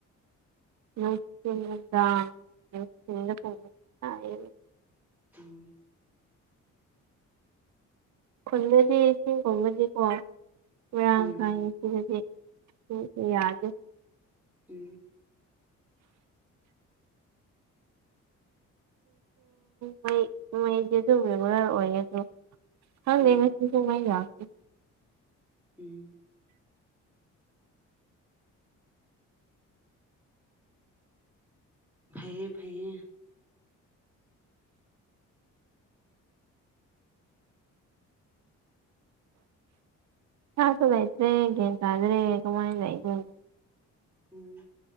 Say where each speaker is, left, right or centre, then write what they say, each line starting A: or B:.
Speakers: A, on the right; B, in the centre.
A: <unintelligible>
B: ꯎꯝ
A: ꯈꯨꯟꯗꯗꯤ ꯏꯁꯤꯡꯒꯨꯝꯕꯗꯤꯀꯣ ꯃꯔꯥꯡ
B: ꯎꯝ
A: ꯀꯥꯏ <unintelligible> ꯌꯥꯗ‌ꯦ
B: ꯎꯝ
A: ꯃꯩ ꯃꯩꯁꯦꯁꯨ ꯕꯦꯕꯨꯔꯥ ꯑꯣꯏꯌ‌ꯦ ꯑꯗ‌ꯣ ꯈꯪꯗ‌ꯦꯍ‌ꯦ
B: ꯎꯝ
A: ꯍꯧꯖꯤꯛꯁꯨ ꯃꯩ ꯂꯥꯛꯇ‌ꯦ
B: ꯎꯝ ꯐꯩꯌꯦ ꯐꯩꯌꯦ
A: ꯁꯥꯁꯨ ꯂꯩꯇ꯭ꯔ‌ꯦ ꯒ꯭ꯌꯥꯟ ꯇꯗꯔ‌ꯦ ꯀꯃꯥꯏ ꯂꯩꯗ‌ꯣꯏꯅ‌ꯣ
B: ꯎꯝ